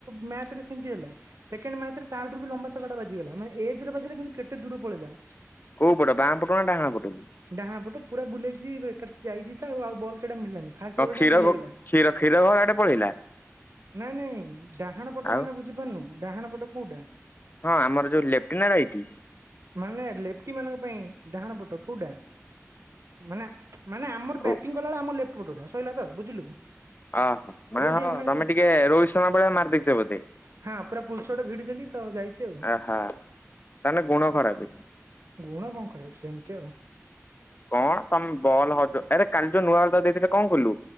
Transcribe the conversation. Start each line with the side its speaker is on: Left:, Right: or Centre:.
Right: ମ୍ୟାଚ୍ ରେ ସେମିତି ହେଲା, ସେକେଣ୍ଡ ମ୍ୟାଚ୍ ରେ ତାଠୁ ବି ଲମ୍ବା ଛକା ଟା ବାଜିଗଲା। ମାନେ ଏଜରେ ବାଜିଲା କିନ୍ତୁ କେତେ ଦୂର ପଳେଇଲା।
Left: କୋଉ ପଟ ବାଁ ପଟ ନା ଡ଼ାହାଣା ପଟକୁ?
Right: ଡାହାଣ ପଟ ପୁରା ବୁଲେଇଚି ର- ଏକାଥରେ ଯାଇଛି ତ ଆଉ ଆଉ ବଲ୍ ସେଇଟା ମିଳିଲାନି। ଫାଷ୍ଟ
Left: ହଁ
Right: ବଲ୍
Left: କ୍ଷୀର
Right: ଟା ମିଳିଗଲା
Left: ଘ କ୍ଷୀର କ୍ଷୀର ଘର ଆଡେ ପଳେଇଲା।
Right: ନାଇଁ ନାଇଁ ଡାହାଣ ପଟ
Left: ଆଉ
Right: ମାନେ ବୁଝିପାରୁନୁ, ଡାହାଣ ପଟ କୋଉଟା?
Left: ହଁ ଆମର ଯୋଉ ଲେଫ୍ଟ ନା ରାଇଟି?
Right: ମାନେ ଲେପ୍ଟି ମାନଙ୍କ ପାଇଁ ଡାହାଣ ପଟ କୋଉଟା ମାନେ ମାନେ ଆମର
Left: ଓ
Right: ବ୍ୟାଟିଂ କଲାବେଳେ ଆମ ଲେପ୍ଟ ପଟ ଉଠା ସଇଲା ତ ବୁଝିଲୁ।
Left: ଅହ ମାନେ
Right: ଯୋଉଠି
Left: ହଁ
Right: ଆମେ
Left: ତମେ ଟିକେ ରୋହିତ ଶର୍ମା ଭଳିଆ ମାରଦେଇଚ ବୋଧେ?
Right: ହଁ ପୁରା ପୁଲସଟ ଭିଡି ଦେଲି ତ ଯାଇଛି ଆଉ।
Left: ଆହା ତାହେଲେ ଗୁଣ ଖରାପ
Right: ଗୁଣ କଣ କରିବ ସେମତି ଆଉ।
Left: କଣ ତମ ବଲ ହଜ ଆରେ କାଲି ଯୋଉ ନୂଆ ବଲଟା ଦେଇଥିଲେ କଣ କଲୁ